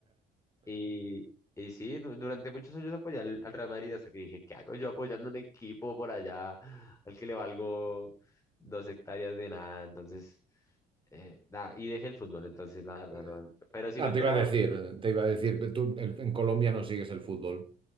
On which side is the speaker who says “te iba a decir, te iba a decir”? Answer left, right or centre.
Right